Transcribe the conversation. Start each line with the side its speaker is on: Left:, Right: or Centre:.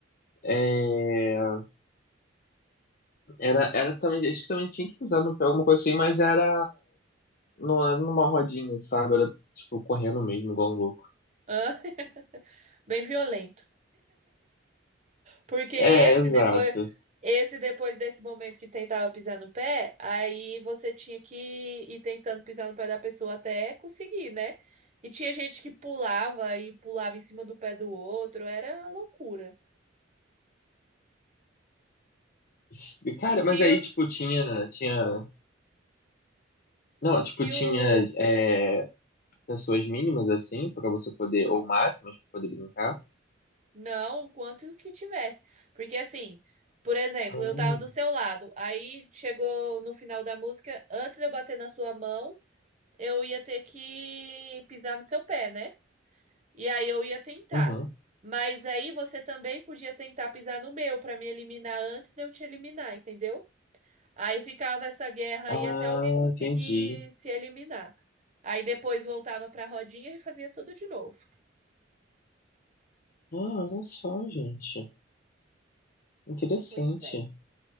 Left: É, era, era também, acho que também tinha que pisar no pé, alguma coisa assim, mas era, não era numa rodinha, sabe? Era tipo correndo mesmo, igual um louco.
Right: Ah, <laughs> Bem violento. Porque esse
Left: É, exato.
Right: depois, esse depois desse momento que tentava pisar no pé, aí você tinha que ir tentando pisar no pé da pessoa até conseguir, né? E tinha gente que pulava e pulava em cima do pé do outro, era uma loucura.
Left: S- Cara,
Right: E se,
Left: mas aí
Right: o-
Left: tipo tinha, tinha, não,
Right: se
Left: tipo tinha
Right: o
Left: é, pessoas mínimas assim, pra você poder, ou máximas pra poder brincar.
Right: Não, o quanto que tivesse. Porque assim, por exemplo,
Left: Hum,
Right: eu tava do seu lado, aí chegou no final da música, antes de eu bater na sua mão, eu ia ter que pisar no seu pé, né? E aí eu ia tentar.
Left: uhum.
Right: Mas aí você também podia tentar pisar no meu pra me eliminar antes de eu te eliminar, entendeu? Aí ficava essa guerra
Left: Ah,
Right: aí até alguém conseguir
Left: entendi.
Right: se eliminar. Aí depois voltava pra rodinha e fazia tudo de novo.
Left: Ah, olha só, gente. Interessante.
Right: Pois é.